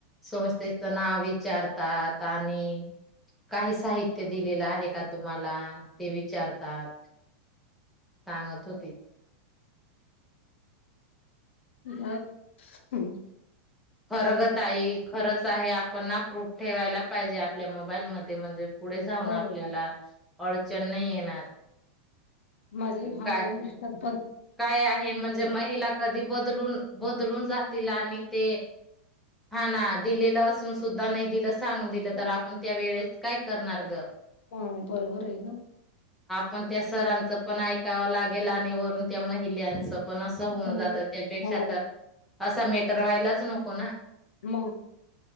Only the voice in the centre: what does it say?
संस्थेच नाव विचारतात आणि काही साहित्य दिलेल आहे का तुम्हाला ते विचारतात सांगत होते
खर ग ताई खरंच आहे पना प्रूफ ठेवायला पाहिजे आपल्या मोबाईलमध्ये म्हणजे पुढे जाऊन
आपल्याला अडचण नाही येणार <unintelligible>
काय
काय आहे म्हणजे महिला कधी बदलून बदलून जातील आणि ते हाना दिलेला असून सुद्धा दिलं सांगून दिलं तर आपण त्या वेळेस काय करणार ग
पण त्या सरांचं पण ऐकावं लागेल आणि वरून त्या महिलांचं पण अस होऊन
जात
त्यापेक्षा
तर असे तर व्हायलाच नको ना